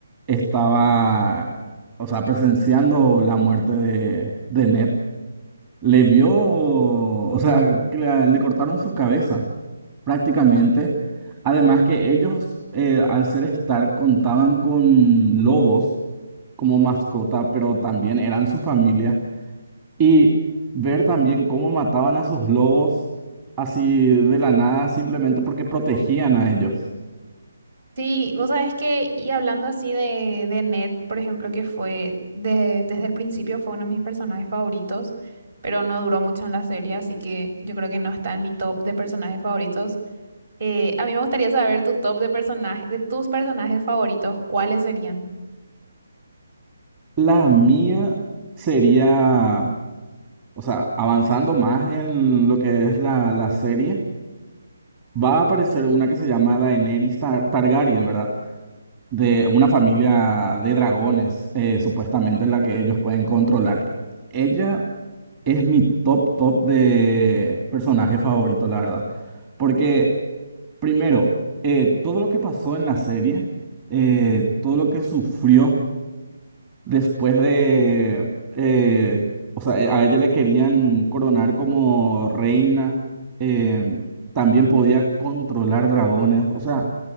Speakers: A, on the right; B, on the right.
A: estaba, o sea, presenciando la muerte de, de Ned. le vio, o sea, que le, le cortaron su cabeza prácticamente. Además que ellos, eh, al ser Stark, contaban con lobos como mascota, pero también eran su familia. Y ver también cómo mataban a sus lobos así de la nada, simplemente porque protegían a ellos.
B: Sí, vos sabés que, y hablando así de, de Ned, por ejemplo, que fue de- desde el principio fue uno de mis personajes favoritos, pero no duró mucho en la serie, así que yo creo que no está en mi top de personajes favoritos. Eh, a mí me gustaría saber tu top de personajes, de tus personajes favoritos, ¿cuáles serían?
A: La mía sería, o sea, avanzando más en lo que es la, la serie. va a aparecer una que se llama Daenerys Tar- Targaryen, ¿verdad? De una familia de dragones, eh, supuestamente en la que ellos pueden controlar. Ella es mi top, top de personaje favorito, la verdad. Porque, primero, eh, todo lo que pasó en la serie, eh, todo lo que sufrió después de, eh, o sea, eh, a ella le querían coronar como reina, eh, también podía controlar dragones, o sea,